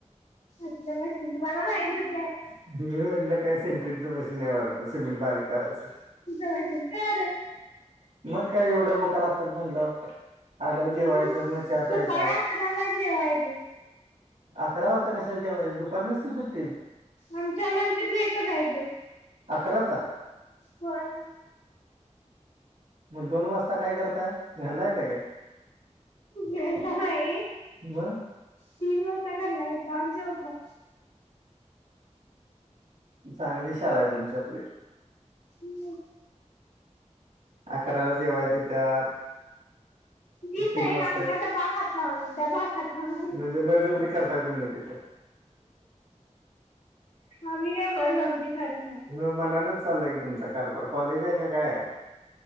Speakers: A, on the left; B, on the right.
A: कसल मशीन तुम्हाला माहीत नस
B: <unintelligible> म्हटलं काय सेंट्रिकच मशीन हाय वाढत. का सिमेंट बारीक करायचं.
A: मशीन तर
B: मग काय एवढ्या भुका लागत्यात म्हंटल्याव. आल्याव जेवायच
A: मग
B: म चा प्यायचा.
A: सकाळी अकराला जेवायचं
B: अकरा वाजता कशाला जेवायचं दुपारी नसती सुट्टी
A: आमच्या लंच ब्रेकच हाय त्यो
B: अकराचा.
A: होय.
B: मग दोन वाजता काय करताय? घरला येताय काय?
A: घरला नाई
B: मग
A: तीन वा जता घरला येताव आणि जेवताव.
B: चांगली शाळा हाय तुमची आपली.
A: म.
B: अकराला जेवाय देत्यात.
A: दित
B: तीन
A: नाईत
B: वाजता
A: आमचा डबा खाताव आम्ही डबा खाताव.
B: म्हणजे बळजबरी करताय तुम्ही तिथं.
A: आम्ही काय बळजबरी करत नाही
B: म मनानच चाललंय की तुमचा कारभार कॉलेज हाय का काय हाय.